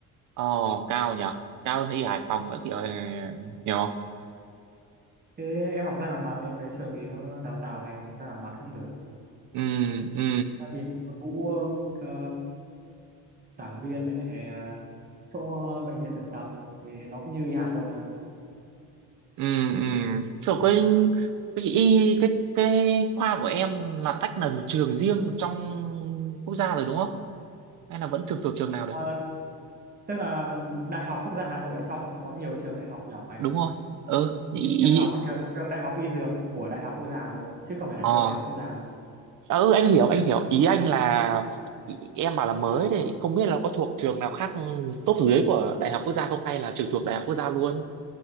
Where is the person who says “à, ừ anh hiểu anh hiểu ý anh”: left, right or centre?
Right